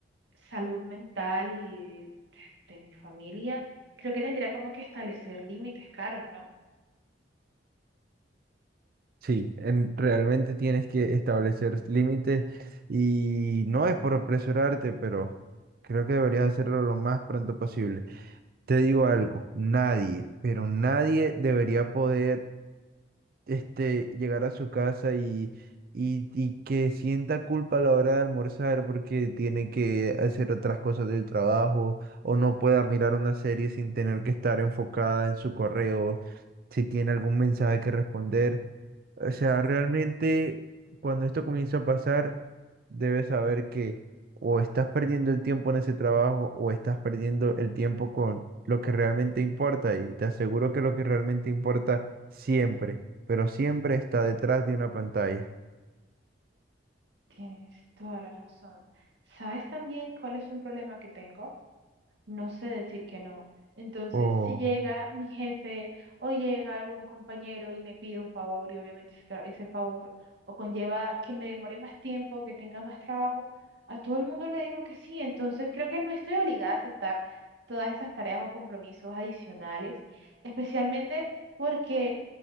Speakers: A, on the right; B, on the right.
A: salud mental y de, de mi familia, creo que tendría como que establecer límites caros, ¿no?
B: Sí, en- realmente tienes que establecer límites y no es por apresurarte, pero creo que deberías hacerlo lo más pronto posible. Te digo algo, nadie, pero nadie debería poder este, llegar a su casa y, y, y que sienta culpa a la hora de almorzar porque tiene que hacer otras cosas del trabajo o no pueda mirar una serie sin tener que estar enfocada en su correo, si tiene algún mensaje que responder. O sea, realmente cuando esto comienza a pasar, debes saber que o estás perdiendo el tiempo en ese trabajo o estás perdiendo el tiempo con lo que realmente importa. Y te aseguro que lo que realmente importa siempre pero siempre está detrás de una pantalla.
A: Tienes toda la razón. ¿Sabes también cuál es un problema que tengo? no sé decir que no. Entonces,
B: Oh,
A: si llega mi jefe o llega algún compañero y me pide un favor y obviamente ese, tra- ese favor o conlleva que me demore más tiempo, que tenga más trabajo, a todo el mundo le digo que sí. Entonces, creo que no estoy obligada a aceptar todas esas tareas o compromisos adicionales, especialmente porque